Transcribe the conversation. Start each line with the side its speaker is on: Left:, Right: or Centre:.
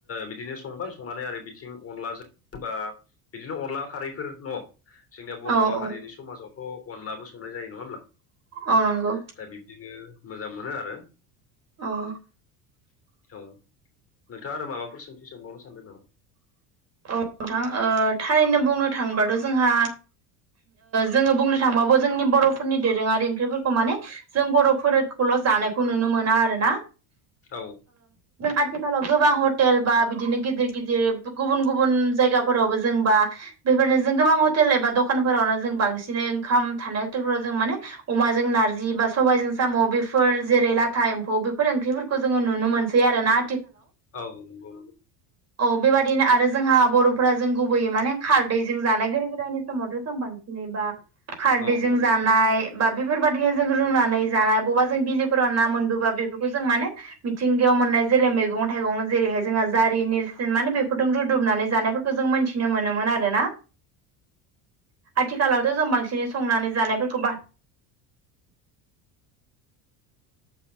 Left: बिदिनो संबाय संनानै आरो बिथिं अनलाजों। बिदिनो अनला खारैफोर न' जोंनिया बर'
Right: औ औ
Left: हारिनि समाजावथ' अनलाबो संनाय जायो नङा होनब्ला? दा
Right: औ नंगौ
Left: बिब्दिनो मोजां मोनो आरो
Right: औ
Left: औ नोंथाङा आरो माबाफोर सोंथि सोंबावनो सानदों नामा?
Right: औ नोंथां थारैनो बुंनो थाङोबाथ' जोंहा। जोङो बुंनो थांबाबो जोंनि बर'फोरनि दोरोङारि ओंख्रिफोरखौ माने जों बर'फोरखौल'। जानायखौ नुनो मोना आरोना
Left: औ
Right: आथिखालाव गोबां हटेल बा बिदिनो गिदिर गिदिर गुबुन गुबुन जायगाफोरावबो जोंबा बेफोरनो जों गोबां हटेल एबा दखान। दखानफोरावनो जों बांसिनै ओंखाम थानाय हटेलफोराव जों माने अमाजों नारजि बा सबायजों साम' बे। फोर जेरै लाथा एम्फौ बेफोर ओंख्रिफोरखौ जोङो नुनो मोनसै आरोना।
Left: औ नंगौ।
Right: अ बेबादिनो आरो जोंहा बर'फोरा जों गुबैयै माने खारदै जों जानाय गोदो गोदायनि समावथ' जों बांसिन। जेनेबा खारदैजों
Left: औ औ
Right: जानाय बा बेफोरबायदिनो जों रुनानै जानाय बबेबा जों बिलोफोराव ना मोनबोबा बेफोरखौ जों माने मिथिंगायाव मोननाय जेरै मैगं थाइगं जेरैहाय जोंहा जारि नेरसिन माने बेफोरजों रुदुमनानै जानायफोरखौ जों मिन्थिनो मोनोमोन आरोना। आथिखालावथ' जों बांसिनै संनानै जानायफोरखौ बा
Left: <inaudible>